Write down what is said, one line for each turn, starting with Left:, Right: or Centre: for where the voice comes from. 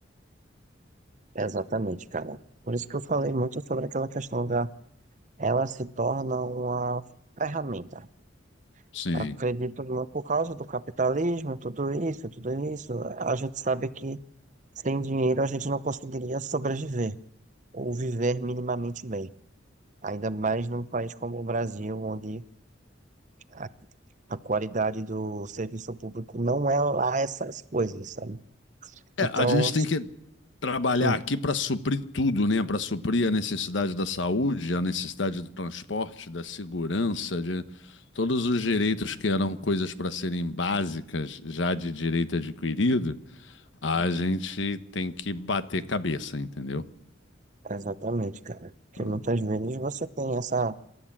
Right: Exatamente, cara. Por isso que eu falei muito sobre aquela questão da ela se torna uma ferramenta.
Left: Sim.
Right: Acredito muito por causa do capitalismo, tudo isso, tudo isso. A gente sabe que sem dinheiro a gente não conseguiria sobreviver ou viver minimamente bem. Ainda mais num país como o Brasil, onde a, a qualidade do serviço público não é lá essas coisas, sabe?
Left: É,
Right: Então,
Left: a gente tem que trabalhar
Right: hum,
Left: aqui para suprir tudo, né? Para suprir a necessidade da saúde, a necessidade do transporte, da segurança, de todos os direitos que eram coisas para serem básicas, já de direito adquirido, a gente tem que bater cabeça, entendeu?
Right: exatamente, cara. Porque
Left: Ah,
Right: muitas vezes você tem essa